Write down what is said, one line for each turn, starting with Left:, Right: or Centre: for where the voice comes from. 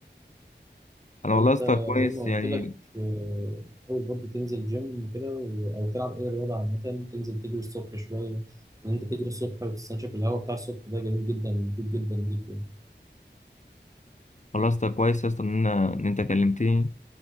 Left: انا
Right: فانت
Left: والله يا اسطى كويس
Right: زي ما قلت
Left: يعني
Right: لك آه، اول برضه تنزل جيم وكده و- او تلعب اي رياضه عامه تنزل تجري الصبح شويه ان انت تجري الصبح وتستنشق الهواء بتاع الصبح ده جميل جدا مفيد جدا ليك يعني.
Left: والله يا اسطى كويس يا اسطى ان انا ان انت كلمتني